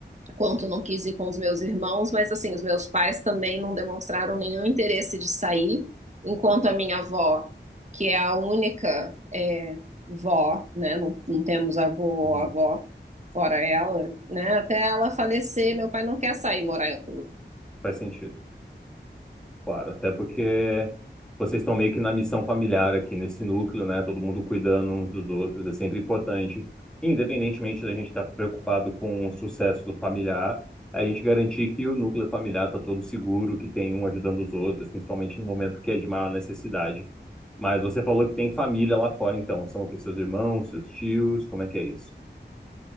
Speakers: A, on the right; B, in the centre.
A: quanto não quis ir com os meus irmãos, mas assim, os meus pais também não demonstraram nenhum interesse de sair, enquanto a minha avó, que é a única é, vó, né, não, não temos avô ou
B: Uhum.
A: avó, fora ela, né, até ela falecer, meu pai não quer sair morar em outro.
B: Faz sentido. Claro, até porque vocês estão meio que na missão familiar aqui nesse núcleo, né? Todo mundo cuidando uns dos outros, é sempre importante. Independentemente da gente estar preocupado com o sucesso do familiar, a gente garantir que o núcleo familiar está todo seguro, que tem um ajudando os outros, principalmente no momento que é de maior necessidade. Mas você falou que tem família lá fora, então. São o quê? Seus irmãos, seus tios? Como é que é isso?